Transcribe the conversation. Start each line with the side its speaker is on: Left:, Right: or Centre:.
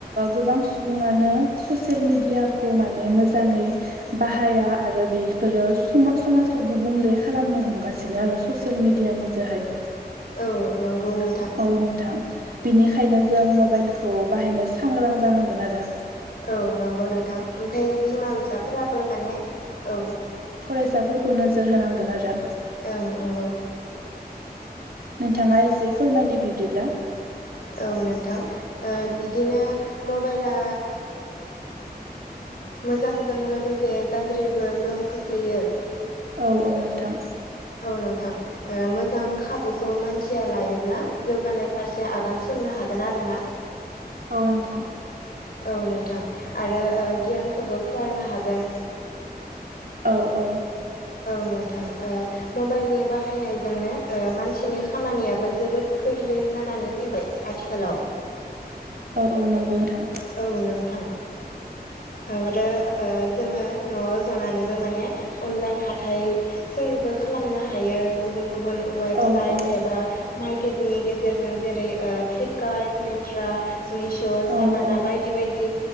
Right: गोबां सुबुङानो ससियेल मिडियाखौ माने मोजाङै बाहाया आरो बे फोरो सम समाजखौ गुबुंले खालामनो हमगासिनो आरो ससियेल मेडिया नि जोहाय
Left: औ। नंगौ न
Right: औ नोंथां बिनिखायनो जों मबाइलखौ बाहायनो सांग्रां जानांगोन आरो।
Left: औ नंगौ नोंथां ओमफ्राय बिमा बिफाफोराबो माने औ।
Right: फरायसाफोरखौ नोजोर होनांगोन आरो।
Left: ओं नंगौ।
Right: नोंथाङा एसे फोरमायदो बिदिब्ला
Left: औ नोंथां बिदिनो मबाइला मोजांजों लोगोसे गाज्रिबो गोहोम खोख्लैयो।
Right: औ औ नोंथां।
Left: औ नोंथां। मोजां खाबुखौ मानसिया लायोब्ला जौगानाय फारसे आगान सुरनो हागोन आरो ना। <inaudible>
Right: औ नोंथां।
Left: औ नोंथां आरो गियानखौबो फुवारनो हागोन।
Right: औ औ।
Left: औ नोंथां ओ मबाइलनि बाहायनायजोंनो ओ मानसिनि खामानियाबो जोबोद गोरलै जानानै फैबाय। आथिखालाव
Right: औ औ नंगौ नोंथां।
Left: औ नोंथां। आरो ओ जोङो न'आव जनानैबो माने अनलाइन हाथाइ फोरबो खालामनो हायो गुबुन गुबुन वेबसाइट
Right: औ औ
Left: एबा माइक केटनि गेजेरजों जेरै ओ फ्लिपकार्ट मेन्ट्रा मिश' साबाना
Right: औ औ
Left: बायदि बायदि